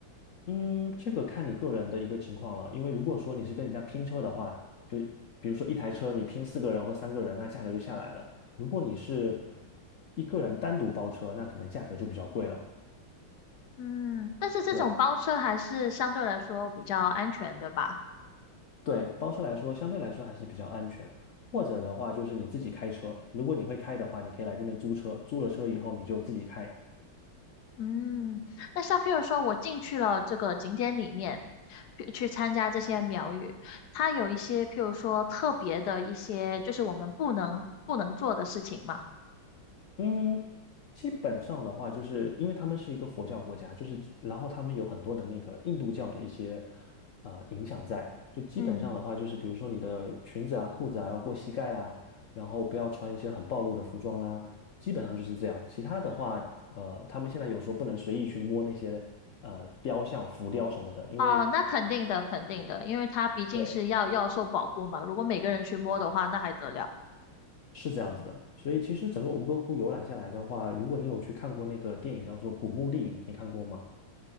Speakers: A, on the left; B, on the left.
A: 嗯，这个看你个人的一个情况了。因为如果说你是跟人家拼车的话，就比如说一台车你拼四个人或三个人，那价格就下来了。如果你是一个人单独包车，那可能价格就比较贵了。
B: 嗯，但是这种包车还是相对来说比较安全的吧。
A: 对对，包车来说相对来说还是比较安全。或者的话就是你自己开车，如果你会开的话，你可以来这边租车，租了车以后你就自己开，
B: 嗯，那像譬如说，我进去了这个景点里面，去去参加这些苗语，它有一些譬如说特别的一些，就是我们不能不能做的事情嘛。
A: 嗯，基本上的话，就是因为他们是一个佛教国家，就是然后他们有很多的那个印度教的一些呃影响在，就基本上的话，
B: 嗯，
A: 就是比如说你的裙子啊、裤子啊要过膝盖啦，然后不要穿一些很暴露的服装啦，基本上就是这样。其他的话，呃，他们现在有时候不能随意去摸那些呃雕像、浮雕什么的，因为
B: 哦，那肯定的，肯定的，因为它毕竟是要要受保护嘛。
A: 对
B: 如果每个人去摸的话，那还得了？
A: 是这样子的。所以其实整个吴哥窟游览下来的话，如果你有去看过那个电影叫做《古墓丽影》，你看过吗？